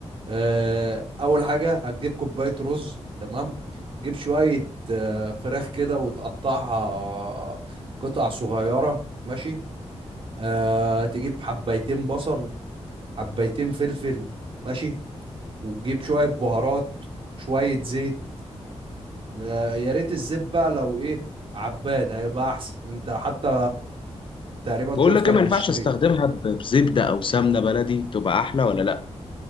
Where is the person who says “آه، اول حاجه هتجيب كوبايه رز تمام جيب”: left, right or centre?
Right